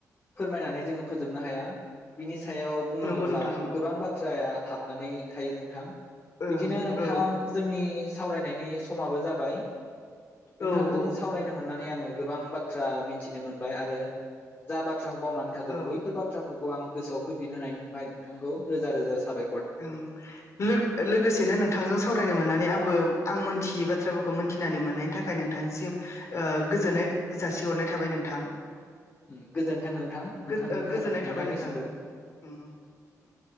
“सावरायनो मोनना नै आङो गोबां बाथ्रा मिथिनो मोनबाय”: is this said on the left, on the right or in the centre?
Left